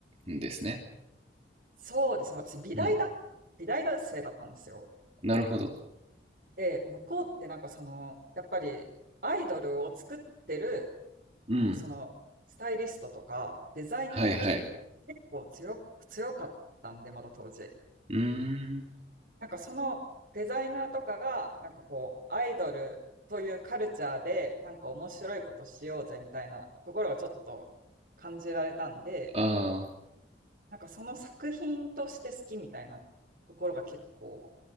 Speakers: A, on the right (about 35°); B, on the right (about 55°).
A: んですね。
B: そうですね私美大だ美大学生だったんですよ
A: うん。なるほど。
B: で向こうってなんかそのやっぱりアイドルを作ってる
A: うん。
B: そのスタイリストとかデザイナーの権利が結構強、
A: はいはい。
B: 強かったんで、まだ当時。
A: うーん。
B: なんかそのデザイナーとかが、なんかこう、アイドルというカルチャーで、なんか面白いことしようぜみたいなところがちょっと感じられたんで、
A: ああ、
B: なんかその作品として好きみたいなところが結構